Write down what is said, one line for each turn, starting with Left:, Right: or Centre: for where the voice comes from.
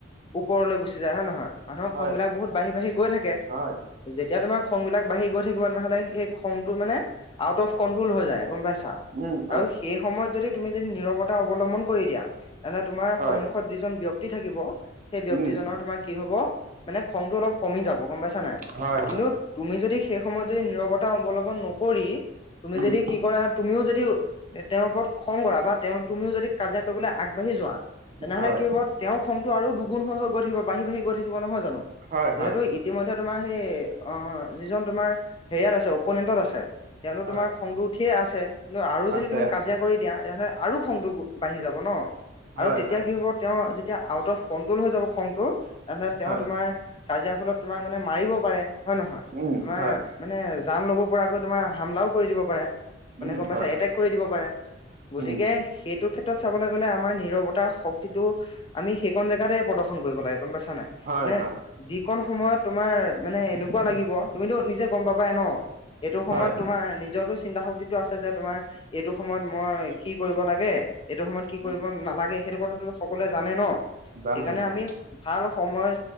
Left: ওপৰলৈ গুচি যায়। হয় নহয় মানুহৰ
Right: হয়
Left: খং, বিলাক
Right: হয়
Left: বহুত বাঢ়ি -বাঢ়ি গৈ থাকে।
Right: হয়
Left: যেতিয়া তোমাৰ খং বিলাক বাঢ়ি গৈ থাকিব তেনেহলে সেই খংটো মানে আউ অফ কন হৈ যায় গম পাইছা
Right: উম হয়
Left: আৰু সেই সময়ত যদি তুমি যদি নিৰৱতা অৱলম্বন কৰি দিয়া। এনে তোমাৰ
Right: হয়
Left: সন্মুখত যিজন ব্যক্তি থাকিব। সেই ব্যক্তিজনৰ
Right: উম
Left: তোমাৰ কি হ'ব মানে খংটো অলপ কমি যাব গম পাইছা নাই।
Right: হয়
Left: কিন্তু
Right: হয়
Left: তুমি যদি সেই সময়ত যদি নিৰৱতা অৱলম্বন নকৰি তুমি
Right: উম
Left: যদি কি কৰা তুমিও যদি তেওঁৰ ওপৰত খং কৰা। বা তেওঁ তুমিও যদি কাজিয়া কৰিবলৈ আগবাঢ়ি যোৱা তেনেহ'লে
Right: হয়
Left: কি হ'ব। তেওঁৰ খংটো, আৰু দুগুণ হৈ গৈ থাকিব বাঢ়ি বাঢ়ি গৈ থাকিব নহয় জানো
Right: হয়
Left: যিহেতু
Right: হয়
Left: ইতিমধ্যে। তোমাৰ সেই অ যিজন তোমাৰ হেৰিয়াত আছে। অপনেন্তট আছে তেওঁটো
Right: হয়
Left: তোমাৰ খংটো উঠিয়ে আছে কিন্তু আৰু যদি
Right: আছে
Left: তুমি
Right: আছে
Left: কাজিয়া কৰি দিয়া তেতিয়াহ'লে আৰু খংটো বাঢ়ি যাব ন।
Right: হয়
Left: আৰু তেতিয়া
Right: হয়
Left: কি হ'ব? তেওঁ যেতিয়া আউট অফ কণ্ট্ৰল হৈ যাব খংটো তেনেহলে তেওঁ
Right: হয়
Left: তোমাৰ কাজিয়া ফলত তোমাক মানে মাৰিব পাৰে হয় নহয়।
Right: উম
Left: তোমাৰ
Right: হয়
Left: মানে জান লব পৰাকৈ তোমাৰ হামলাও দিব পাৰে মানে
Right: উম
Left: গম পাইছা
Right: হয়
Left: এটেক কৰি দিব পাৰে গতিকে
Right: উম
Left: সেইটো ক্ষেত্ৰত ত্ৰত চাবলৈ গ'লে আমাৰ নিৰৱতাৰ শক্তিটো আমি সেইকন জেগাতে প্ৰদৰ্শন কৰিব লাগে গম পাইছা নাই্
Right: হয়
Left: মানে
Right: হয়
Left: যিকন সময়ত তোমাৰ মানে এনেকুৱা লাগিব তুমিতো নিজে গম পাবাই ন। এইটো সময়ত
Right: হয়
Left: তোমাৰ নিজৰটো চিন্তা শক্তিটো আছে যে তোমাৰ এইটো সময়ত মই কি কৰিব লাগে এইটো সময়ত কি কৰিব
Right: উম
Left: নালাগে সেইটো কথাটো। সকলোৱে জানে ন
Right: জানে
Left: সেইকাৰণে
Right: জানে
Left: আমি ভাল সময়